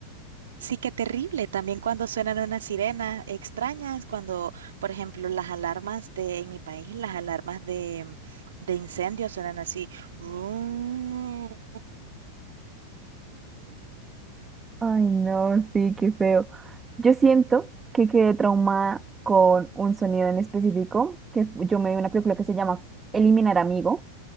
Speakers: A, on the right; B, on the right.
A: Sí, qué terrible. También cuando suenan unas sirenas extrañas, cuando, por ejemplo, las alarmas de, en mi país, las alarmas de, de incendio suenan así. Rum.
B: ay no, sí, qué feo. Yo siento que quedé traumada con un sonido en específico, que fu- yo me vi una película que se llama Eliminar Amigo,